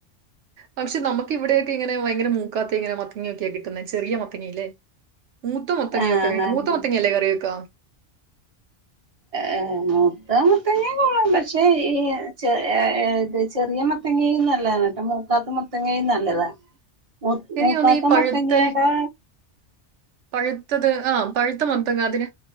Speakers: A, on the right (about 80°); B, on the right (about 30°).
A: പക്ഷെ നമുക്ക് ഇവിടെയൊക്കെ ഇങ്ങനെ ഭയങ്കര മൂക്കാത്തെ ഇങ്ങനെ മത്തങ്ങയൊക്കെയാ കിട്ടുന്നേ ചെറിയ മത്തങ്ങയില്ലേ മൂത്ത മത്തങ്ങയൊക്കെ
B: ആഹ്
A: വേണം
B: ആഹ്
A: മൂത്ത മത്തങ്ങയല്ലേ കറി വെക്കാ
B: ഏ മൂത്ത മത്തങ്ങേം കൊള്ളാം പക്ഷെ ഈ ചെ ഏ ത് ചെറിയ മത്ത ത്തങ്ങയും നല്ലാണ് ട്ടോ മൂക്കാത്ത മുത്തങ്ങയും നല്ലതാ മുത്
A: എനിക്ക്
B: മുക്കാത്ത
A: തോന്നുന്നു ഈ പഴുത്ത
B: മത്തങ്ങേടേ
A: പഴുത്തത് ആ പഴുത്ത മത്തങ്ങ അതിന്